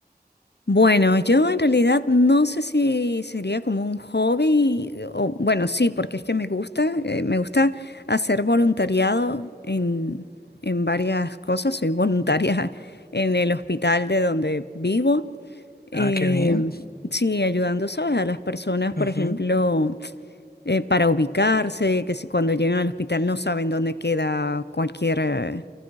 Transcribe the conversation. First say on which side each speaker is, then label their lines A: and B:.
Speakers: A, on the left; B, on the left.
A: Bueno, yo en realidad no sé si sería como un hobby, eh, o bueno, sí, porque es que me gusta, eh, me gusta hacer voluntariado en, en varias cosas. Soy voluntaria <laughs> en el hospital de donde vivo. eh,
B: Ah, qué bien.
A: sí, ayudando, ¿sabes? A las personas, por
B: Ujú.
A: ejemplo, eh, para ubicarse, que si cuando llegan al hospital no saben dónde queda cualquier... eh,